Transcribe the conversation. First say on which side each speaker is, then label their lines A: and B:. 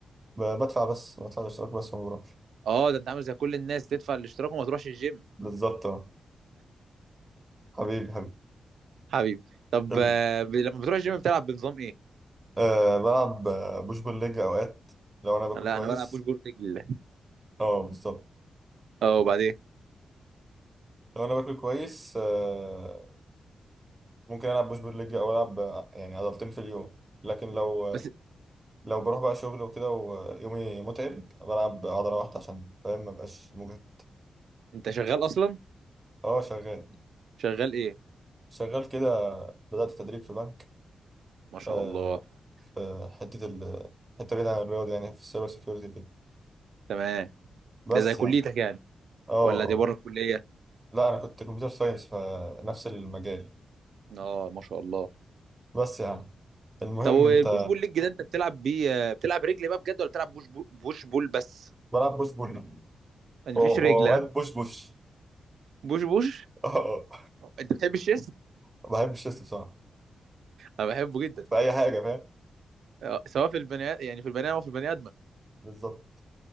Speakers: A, on the right; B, on the right.
A: ب- بدفع بس بدفع الاشتراك بس وما بروحش
B: اه ده انت عامل زي كل الناس تدفع الاشتراك وما تروحش الجيم
A: بالظبط اه حبيبي
B: حبيبي طب
A: حبيبي
B: آه، ب- لما بتروح الجيم بتلعب بنظام ايه؟
A: أه بلعب آه، بوش بول ليج اوقات لو انا باكل
B: لا
A: كويس
B: انا بلعب بوش بول رجل
A: اه بالظبط
B: اه
A: <laughs>
B: وبعدين
A: لو انا باكل كويس أه ممكن العب بوش بول ليج او العب آه، يعني عضلتين في اليوم لكن لو آه،
B: بس
A: لو بروح بقى شغل وكده ويومي متعب بلعب عضله واحده عشان فاهم ما بقاش مجهد
B: انت شغال اصلا؟
A: اه شغال
B: شغال ايه؟
A: شغال كده بدات تدريب في بنك
B: ما شاء
A: أه
B: الله
A: في حته ال حته بعيده عن الرياضه يعني في السايبر سيكيورتي كده
B: تمام
A: بس
B: ده زي كليتك
A: يعني
B: يعني
A: اه
B: ولا دي
A: اه
B: بره الكلية؟
A: لا انا كنت كمبيوتر ساينس فنفس المجال
B: اه ما شاء الله
A: بس يا عم المهم
B: طب والبوش
A: انت
B: بول ليج ده انت بتلعب بيه آه، بتلعب رجل بقى بجد ولا بتلعب بوش بول بوش بول بس؟
A: بلعب بوش بول و-
B: يعني مفيش
A: واوقات
B: رجل ها؟
A: بوش بوش
B: بوش بوش؟
A: <laughs> اه أه.
B: انت بتحب الشيست؟
A: ما بحبش الشيست بصراحه
B: انا بحبه جدا
A: في اي حاجه فاهم
B: آه، سواء في البني يعني في البني ادم او في البني ادمه
A: بالظبط